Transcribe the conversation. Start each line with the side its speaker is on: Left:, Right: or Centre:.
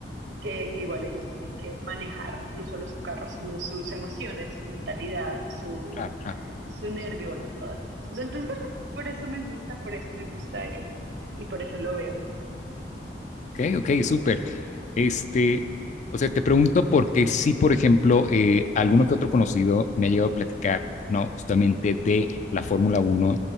Right: que, que igual ellos tienen que manejar, no solo su carro, sino sus emociones, su mentalidad, su,
Left: claro, claro.
Right: su nervio, bueno, todas estas cosas. Entonces, bueno, por eso me gusta, por eso me gusta y, y por eso lo veo.
Left: Ok, ok, súper. Este, o sea, te pregunto porque sí, por ejemplo, eh, alguno que otro conocido me ha llegado a platicar, ¿no? Justamente de la Fórmula Uno